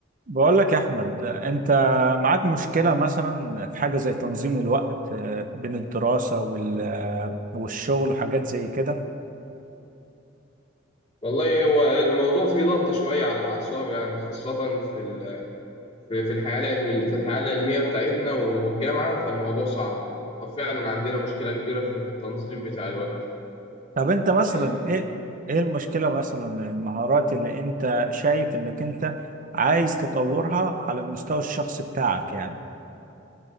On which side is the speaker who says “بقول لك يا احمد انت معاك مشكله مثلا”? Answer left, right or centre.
Right